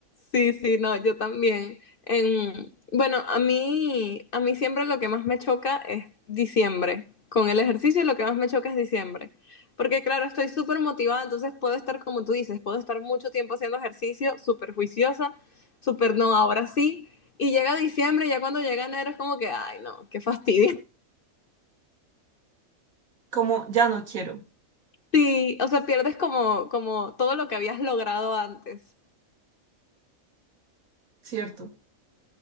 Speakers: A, on the left (about 50°); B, on the right (about 75°).
A: Sí, sí, no, yo también. En, bueno, a mí, a mí siempre lo que más me choca es diciembre. Con el ejercicio lo que más me choca es diciembre. Porque claro, estoy súper motivada, entonces puedo estar como tú dices, puedo estar mucho tiempo haciendo ejercicio, súper juiciosa, súper no, ahora sí. Y llega diciembre, y ya cuando llega enero es como que, ay, no, qué fastidio.
B: como ya no quiero,
A: Sí, o sea, pierdes como, como todo lo que habías logrado antes.
B: ¿cierto?